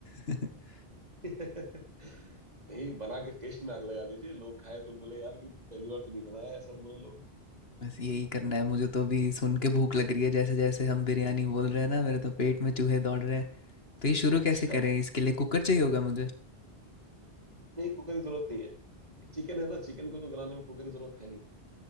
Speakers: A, on the left (about 70°); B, on the right (about 40°).
A: <laughs>
B: <laughs> नहीं बना के टेस्ट में आग लगा दीजिए लोग खाए तो बोले यार कि तू पहली बार तो नहीं बनाया ऐसा बोले लोग
A: बस यही करना है मुझे तो अभी सुन के भूख लग रही है। जैसे-जैसे हम बिरयानी बोल रहे हैं ना, मेरे तो पेट में चूहे दौड़ रहे हैं। तो ये शुरू
B: अच्छा
A: कैसे करें? इसके लिए कुकर चाहिए होगा मुझे?
B: नहीं कुकर की जरूरत नहीं है चिकन है ना चिकन को तो गलाने में कुकर की जरूरत है नहीं